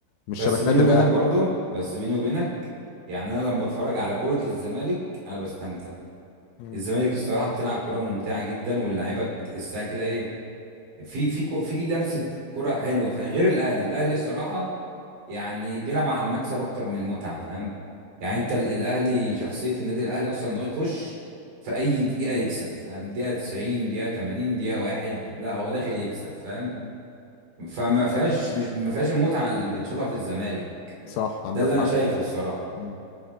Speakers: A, on the left; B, on the right.
A: مش
B: بس
A: شبه النادي
B: بيني وبينك
A: الاهلي
B: برضه بس بيني وبينك يعني انا لما بتفرج على كرة الزمالك انا بستمتع
A: مم.
B: الزمالك الصراحة بتلعب كرة ممتعة جدا واللعيبة بتحسها كده ايه في في كو- في لمسة كرة حلوة فاهم غير الاهلي الاهلي الصراحة يعني بيلعب على المكسب اكتر من المتعه فاهم يعني
A: مم.
B: انت ال- الاهلي شخصيه النادي الاهلي اصلا ان هو يخش في اي دقيقه يكسب فاهم دقيقه 90 دقيقه 80 دقيقه واحد لا هو داخل يكسب فاهم
A: مم.
B: فما فيهاش مش ما فيهاش المتعه اللي بنشوفها في الزمالك
A: صح عندك
B: ده اللي انا
A: حق
B: شايفه الصراحه
A: مم.